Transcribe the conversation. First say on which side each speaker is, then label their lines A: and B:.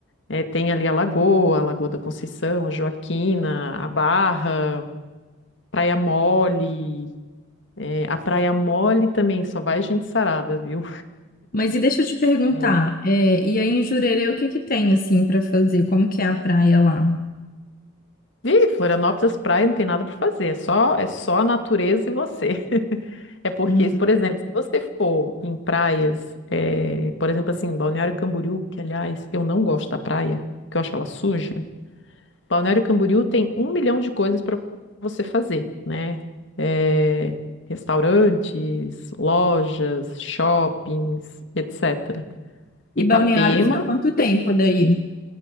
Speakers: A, on the left; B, on the left.
A: eh, tem ali a Lagoa, a Lagoa da Conceição, a Joaquina, a Barra, Praia Mole. Eh, a Praia Mole também só vai gente sarada, viu?
B: Mas e deixa eu te perguntar,
A: <laughs>
B: é, e aí em Jurerê o que que tem assim para fazer? Como que é a praia lá?
A: Ih, Florianópolis, praia, não tem nada para fazer. É só, é só a natureza e você. <laughs> É porque,
B: Hum.
A: por exemplo, se você for em praias, eh, por exemplo, assim, Balneário Camboriú, que aliás eu não gosto da praia, que eu acho ela suja. Balneário Camboriú tem um milhão de coisas para você fazer, né? Eh, restaurantes, lojas, shoppings, etc.
B: E
A: Itapema
B: Balneário fica quanto tempo daí?